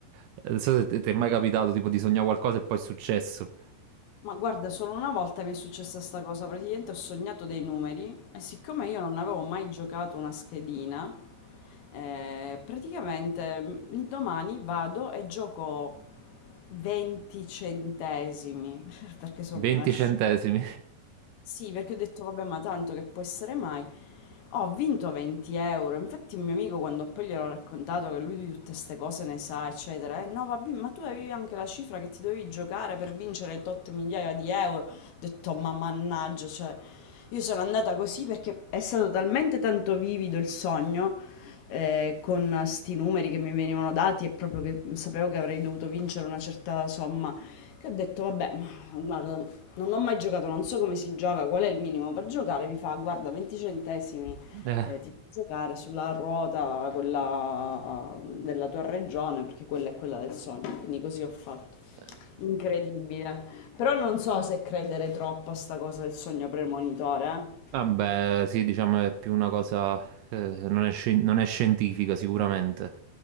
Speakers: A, on the right; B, on the left.
A: Eh, Non so se te- ti è mai capitato tipo di sognare qualcosa e poi è successo.
B: Ma guarda, solo una volta mi è successa sta cosa, praticamente ho sognato dei numeri e siccome io non avevo mai giocato una schedina, eh, praticamente mm, il domani vado e gioco 20 centesimi, <laughs> perché sono
A: 20
B: una sciocca.
A: centesimi.
B: Sì, perché ho detto, vabbè, ma tanto che può essere mai. Ho vinto 20 euro. Infatti, un mio amico, quando poi gliel'ho raccontato che lui di tutte queste cose ne sa, eccetera, eh, no, vabbè, ma tu avevi anche la cifra che ti dovevi giocare per vincere tot migliaia di euro. Ho detto, ma mannaggia, cioè, io sono andata così perché è stato talmente tanto vivido il sogno. eh, con sti numeri che mi venivano dati e proprio che sapevo che avrei dovuto vincere una certa somma, che ho detto, vabbè, ma guarda, non ho mai giocato, non so come si gioca, qual è il minimo per giocare. Mi fa, guarda, 20 centesimi,
A: <laughs>
B: eh, ti puoi giocare sulla ruota, quella eh, della tua regione, perché quella è quella del sogno. Quindi così ho fatto.
A: Eh.
B: Incredibile. Però non so se credere troppo a sta cosa del sogno premonitore. eh.
A: Vabbè, sì, diciamo è più una cosa, eh, non è, scien- non è scientifica sicuramente,